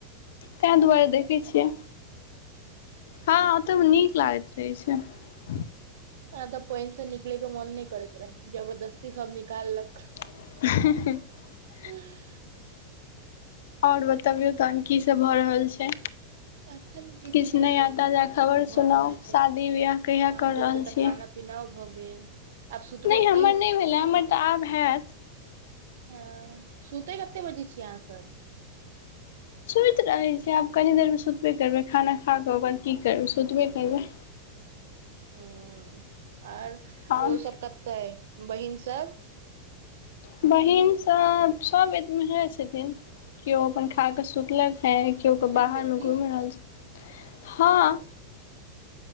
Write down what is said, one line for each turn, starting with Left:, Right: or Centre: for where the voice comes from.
Left: तैं दुआरे देखै छियै। हँ ओतय नीक लागैत रहै छै। <unintelligible>
Right: आ तऽ पानि से निकलैके मोन नहि करैत रहे जबरदस्ती सब निकाललक।
Left: <unintelligible>
Right: ह। <unintelligible>
Left: और बतबियौ तखन की सब भ रहल छै?
Right: अखन
Left: किछु
Right: नहि
Left: नया
Right: भेल
Left: ताजा खबर
Right: भऽ
Left: सुनाउ
Right: रहल छै
Left: शादी वियाह कहिया
Right: अहाँ
Left: क
Right: सबके
Left: रहल
Right: तऽ
Left: छी?
Right: खाना पीनाओ भऽ गेल आब सुतबै
Left: नै हमर
Right: की
Left: नै भेले हमर त आब हैत।
Right: हां, सुतै कते बजे छियै अहां सब?
Left: सुति रहै छियै, आब कनि देरमे सुतबे करबै, खाना खा क ओकर बाद की करबै सुतबे करबै।
Right: हुं। आर,
Left: आओर
Right: ओ सब कत अइ। बहिन सब?
Left: बहिन सब, सब एम्हरे छथिन, केओ अपन खा क सुतलैथ हे केओ अपन
Right: सुति
Left: बाहर
Right: गेल
Left: मे घुमि
Right: की
Left: रहल छैथ। हां।